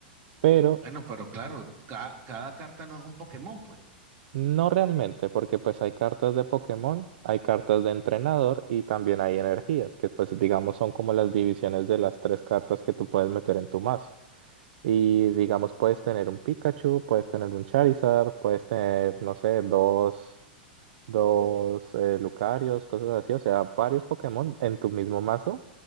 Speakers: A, on the right; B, on the right.
A: Pero
B: Bueno, pero claro, ca- cada carta no es un Pokémon, pues.
A: No realmente, porque pues hay cartas de Pokémon, hay cartas de entrenador y también hay energías, que pues digamos son como las divisiones de las tres cartas que tú puedes meter en tu mazo. Y digamos puedes tener un Pikachu, puedes tener un Charizard, puedes tener, no sé, dos dos eh, Lucarios, cosas así, o sea, varios Pokémon en tu mismo mazo,